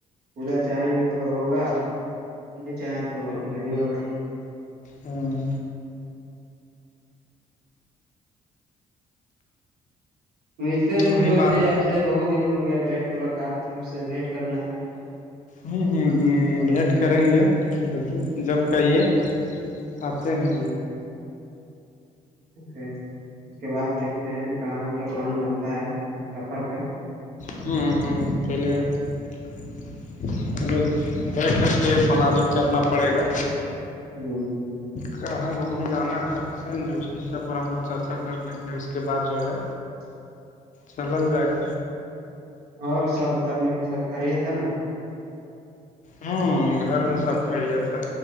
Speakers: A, on the right (about 80°); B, on the left (about 55°).
A: خدا چاہیں گے تو ہوگا میں چاہا تو نہیں ہوگا
B: ہوں
A: ملتے ہیں پھروز
B: وہی بات
A: جی
B: ہے
A: آب سے بہت دن ہو گیا ہے بھیٹ ملاقات اب سے بھیینٹ کرنا ہے
B: ہوں بھیٹ کریں گے پھر جب کایے آتے
A: ملتے
B: ہیں
A: اس کے بعد دیکھتے ہیں کہاں کیا پلان بنتا ہے سفر کا
B: ہاں پہلے ہم لوگ بیٹھ کر کے پلاننگ کرنا پڑے گا
A: ہوں
B: کہاں گھومنے جانا ہے سر اس وشے پر ہم لوگ چرچا کر لیں گے اس کے بعد جو ہے
A: <unintelligible>
B: چلل جائے گا
A: اور سب گھر میں سب خری تھا نا
B: ہوں گھر میں سب خرییت ہے